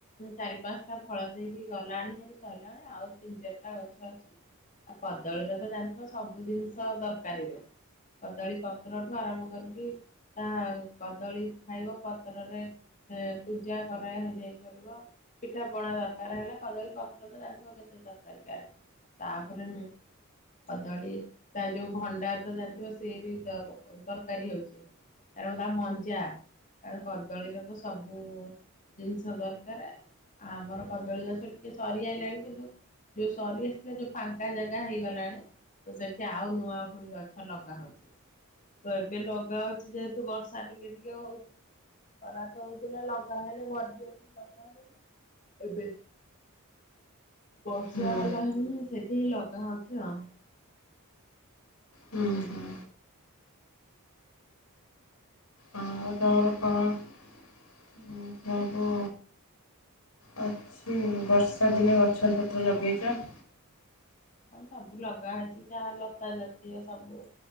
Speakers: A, on the left; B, on the left.
A: ଚାରି ପାଞ୍ଚଟା ଫଳ ଦେଇକି ଗଲାଣି ହାରି ସରିଲାଣି ଆଉ ତିନି ଚାରିଟା ଗଛ ଅଛି ଆଉ କଦଳୀର ତ ଜାଣିଥିବ ସବୁ ଜିନିଷ ତରକାରୀରେ। କଦଳୀ ପତ୍ରଠୁ ଆରମ୍ଭ କରିକି ତା କଦଳୀ ଖାଇବ ପତ୍ରରେ ପୂଜା କରା ହେଇଯାଇପାରିବ। ପିଠା ପଣା ଦରକାର ହେଲା। କଦଳୀ ପତ୍ର ତ ଜାଣିଥିବ କେତେ ଦରକାରୀ କାହାର ତାପରେ କଦଳୀ ତା ଯୋଉ ଭଣ୍ଡା ତ ଜାଣିଥିବ ସିଏ ବି ତ ତରକାରୀ ହଉଚି। ତାର ଗୋଟା ମଞ୍ଜା। କଦଳୀର ତ ସବୁ ଜିନିଷ ଦରକାର। ଆ ଆମର କଦଳୀ ଗଛ ଟିକେ ସରିଆଲାଣି କିନ୍ତୁ ଯୋଉ ସରି ଆସିିଲା ଯୋଉ ଫାଙ୍କା ଜାଗା ହେଇଗଲାଣି। ତ ସେଠି ଆଉ ନୂଆ ପୁଣି ଗଛ ଲଗା ହଉଚି। ତ ଏବେ ଲଗା ହଉଚି ଯେହେତୁ ବର୍ଷା ଟିକେ ଟିକେ ହଉଚି। ଖରା ତ ହଉଥିଲା ଲଗା ହେଲେ ଭରିଯିବ ବୋଲି ଲଗାଉ ଏବେ ବର୍ଷା
B: ହୁଁ
A: ହେଲା ହେଣିି ସେଥିିଁ ଲଗା ହଉଚି ଆଉ।
B: ହୁଁ ହୁଁ। ଆ ତମର କଣ ସବୁ ଅଛି। ବର୍ଷା ଦିନେ ଗଛ ପତ୍ର ଲଗେଇଚ।
A: କଣ ସବୁ ଲଗା ହେଇଚି, ଯାହା ଲତା ଜାତୀୟ ସବୁ।